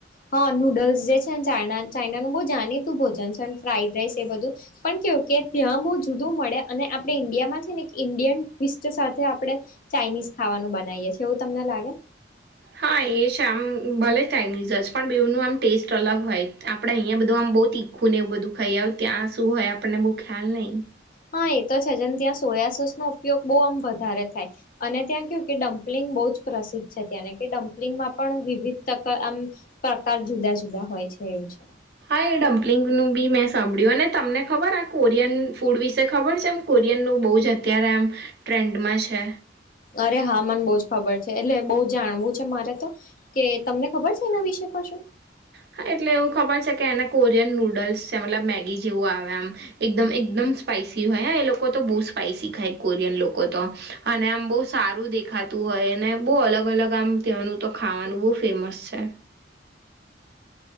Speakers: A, on the left; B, on the right.
A: હા નૂડલ્સ જે છે ને ચાઇના ચાઇનાનું બહુ જાણીતું ભોજન છે ફ્રાઈડ રાઇસ એ બધું. પણ કેવું કે ત્યાં બહુ જુદું મળે અને આપણે ઇન્ડિયામાં છે ને એક ઇન્ડિયન ટ્વીસ્ટ સાથે આપણે. ચાઇનીઝ ખાવાનું બનાવીએ છીએ એવું તમને લાગે.
B: હા એ છે આમ ભલે ચાઇનીઝ જ પણ બેવનું આમ ટેસ્ટ અલગ હોય આપણે અહીંયા બધું આમ બહુ તી ખું ને એવું બધું ખાઈ આવ ત્યાં શું હોય આપણને બહુ ખ્યાલ નહીં.
A: હા એ તો છે જેમ ત્યાં સોયા સોસનો ઉપયોગ બહુ આમ વધારે થાય. અને ત્યાં કેવું કે ડમ્પલિંગ બહુ જ પ્રસિદ્ધ છે ત્યાંને કે ડમ્પલિંગમાં પણ વિવિધ તકા આમ. પ્રકાર જુદા જુદા હોય છે એવું છે.
B: હા એ ડમ્પલિંગનું બી મેં સાંભળ્યું અને તમને ખબર આ કોરિયન ફૂડ વિશે ખબર છે એમ. કોરિયનનું બહુ જ અત્યારે આમ ટ્રેન્ડમાં છે.
A: અરે હા મને બહુ જ ખબર છે એટલે બહુ જાણવું છે મારે તો. કે તમને ખબર છે એના વિશે કશું?
B: હા એટલે એવું ખબર છે કે એને કોરિયન નૂડલ્સ છે મતલબ મેગી જેવું આવે એમ. એકદમ એકદમ સ્પાઈસી હોય હે એ લોકો તો બહુ સ્પાઈસી ખાય કોરિયન લોકો તો. અને આમ બહુ સારું દેખાતું હોય અને બહુ અલગ અલગ આમ ત્યાંનું તો ખાવાનું બહુ ફેમસ છે.